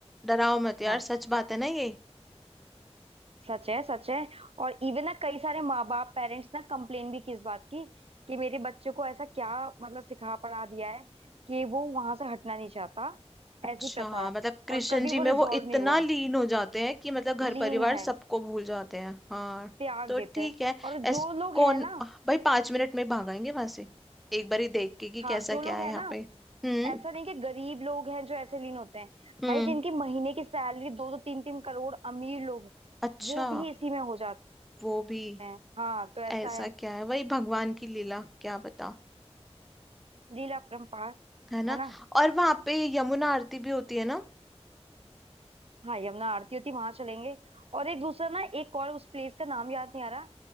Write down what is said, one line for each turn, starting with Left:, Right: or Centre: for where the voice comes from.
Centre: डराओ मत यार
Right: हाँ
Centre: सच बात है ना ये
Right: सच है सच है और इवन ना कई सारे माँ बाप पेरेंट्स ना कंप्लेन भी की इस बात की कि मेरे बच्चे को ऐसा क्या मतलब सिखा पढ़ा दिया है कि वो वहां से हटना नहीं चाहता
Centre: अच्छा
Right: ऐसी प्रथा
Centre: हाँ,
Right: है
Centre: मतलब कृष्ण
Right: और कभी
Centre: जी
Right: वो
Centre: में वो
Right: रिजॉल्व
Centre: इतना
Right: नहीं हुआ
Centre: लीन हो जाते हैं कि मतलब घर
Right: लीन
Centre: परिवार
Right: है
Centre: सबको भूल जाते हैं हाँ
Right: त्याग
Centre: तो
Right: देते
Centre: ठीक
Right: हैं
Centre: है
Right: और
Centre: एस
Right: जो लोग
Centre: कौन
Right: है ना
Centre: भाई पांच मिनट में भागाएंगे वहां से एक बार ही देख के कि
Right: हाँ
Centre: कैसा
Right: जो
Centre: क्या
Right: लोग
Centre: है
Right: है
Centre: यहाँ
Right: ना
Centre: पे हम्म
Right: ऐसा नहीं कि गरीब लोग हैं जो ऐसे लीन होते हैं
Centre: हम्म
Right: भाई जिनकी महीने की सैलरी दो दो तीन तीन करोड़ अमीर लोग
Centre: अच्छा
Right: वो भी इसी में हो जाते
Centre: वो भी
Right: हैं हाँ तो ऐसा
Centre: ऐसा
Right: है
Centre: क्या है वही भगवान की लीला क्या बता
Right: लीला परंपार
Centre: है ना
Right: है
Centre: और वहां पे यमुना आरती भी होती है ना
Right: हाँ यमुना आरती होती वहां चलेंगे और एक दूसरा ना एक और उस प्लेस का नाम याद नहीं आ रहा